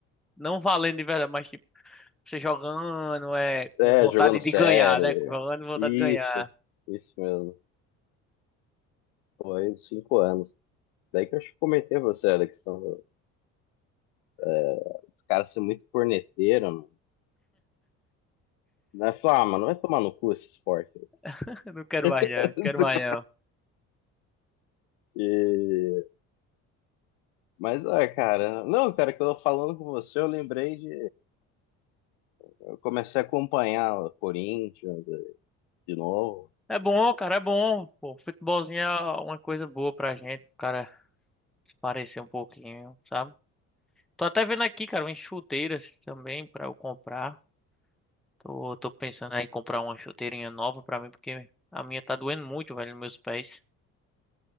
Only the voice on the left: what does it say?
É,
jogando sério,
isso,
isso mesmo. Foi cinco anos. Daí que eu acho que comentei pra você da questão do, é, dos caras ser muito corneteiro, mano. Né? Falar, ah, mano, vai tomar no cu esse esporte.
<laughs>
E... Mas, ah, cara, não, cara, que eu tô falando com você, eu lembrei de. Eu comecei a acompanhar o Corinthians de novo.